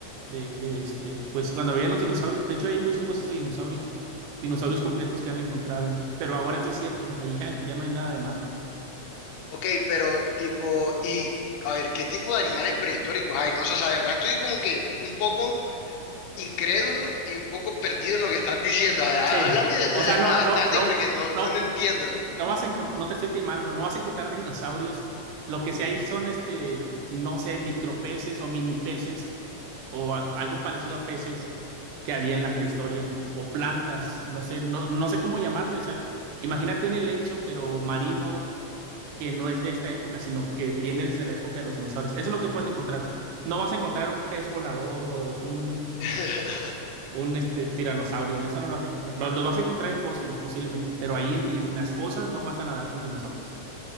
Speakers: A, on the right; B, on the left.
A: de, de este, pues cuando habían los dinosaurios. De hecho, hay muchos huesos de dinosaurios, dinosaurios completos que han encontrado, pero ahora es desierto, ahí ya, ya no hay nada de mar.
B: Ok, pero tipo, y a ver, ¿qué tipo de animales prehistóricos hay? No sé, o sea, la verdad estoy como que un poco incrédulo y un poco perdido en lo que estás diciendo. A ver, há-
A: Sí.
B: háblame de,
A: O
B: de
A: sea,
B: verdad
A: no,
B: bastante
A: no, no,
B: porque no,
A: no,
B: no, no entiendo.
A: no vas a encon- no te estoy timando, no vas a encontrar <laughs> dinosaurios. Lo que sí hay son este, no sé, micropeces o mini peces o a- algo parecido a peces que había en la prehistoria o plantas, no sé, no, no sé cómo llamarle, o sea, imagínate un helecho pero marino que no es de esta época, sino que viene desde la época de los dinosaurios. Eso es lo que puedes encontrar. No vas a encontrar un pez volador o un, ¿cómo
B: <laughs>
A: se, un este, tiranosaurio, eso no lo vas a encontrar. Lo- Los vas a encontrar en fósiles posiblemente, pero ahí en, en las fosas no vas a nadar con dinosaurios.